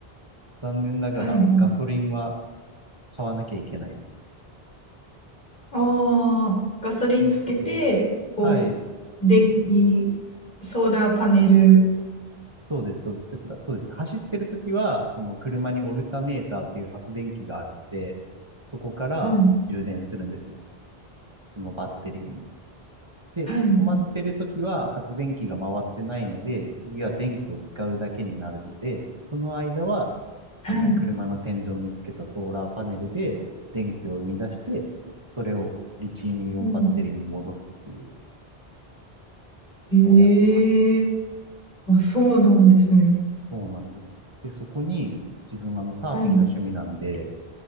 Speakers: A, on the right; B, on the left.
A: 残念ながらガソリンは
B: はいはい。
A: 買わなきゃいけないです。
B: ああ、ガソリンつけて、
A: なので、
B: こう、
A: はい。
B: 電気、ソーラーパネル。
A: そうです、そうです。だから、そうですね。走ってるときは、その車にオルタネーターっていう発電機があるんで、そこから充電するんですね。
B: はい、
A: そのバッテリーに。で、
B: はい、
A: 止まってる時は発電機が回ってないので、次は電気を使うだけになるので、その間は、
B: はい。
A: あの、車の天井につけたソーラーパネルで電気を生み出して、それをリチウムイオンバッテリーに戻すっていう、
B: うん、ええ
A: そうやってます。
B: あ、そうなんですね。
A: そうなんです。で、そこに自分あのサーフィンが趣味なんで、
B: はい、